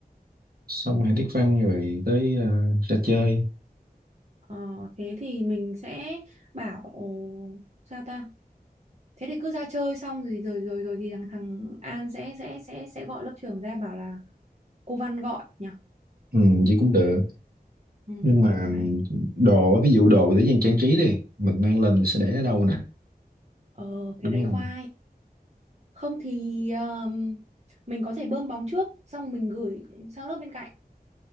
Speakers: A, on the right; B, on the right.
A: xong hai tiết văn rồi tới ờ, ra chơi.
B: ờ, thế thì mình sẽ bảo sao ta thế thì cứ ra chơi xong rồi rồi rồi rồi thì thằng thằng An sẽ sẽ sẽ sẽ gọi lớp trưởng ra bảo là cô Văn gọi nhỉ
A: Ừ, vậy cũng được.
B: ừ,
A: Nhưng mà
B: đấy
A: đồ á, ví dụ đồ để dành trang trí đi, mình mang lên mình sẽ để ở đâu nè,
B: ờ thế
A: đúng
B: đấy
A: không?
B: khoai không thì um, mình có thể bơm bóng trước xong mình gửi sang lớp bên cạnh